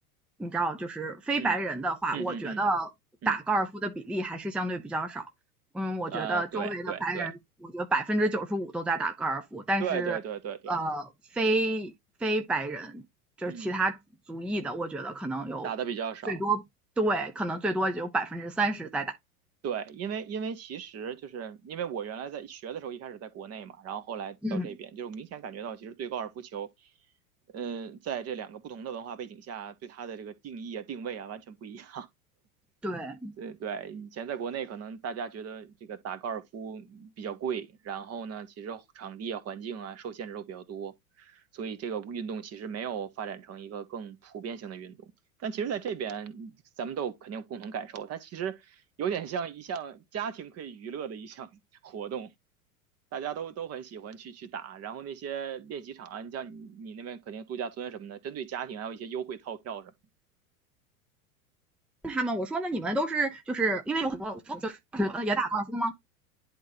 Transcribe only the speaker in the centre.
你知道，就是非白人的话，
我觉得打高尔夫的比例还是相对比较少。
嗯，我觉得周围的白人，
我觉得百分之九十五都在打高尔夫，但是呃，
非非白人就是其他族裔的，
我觉得可能有最多，
对，可能最多也就百分之三十在打。
嗯，
对。
他们，我说那你们都是就是因为有很多就是呃也打高尔夫吗？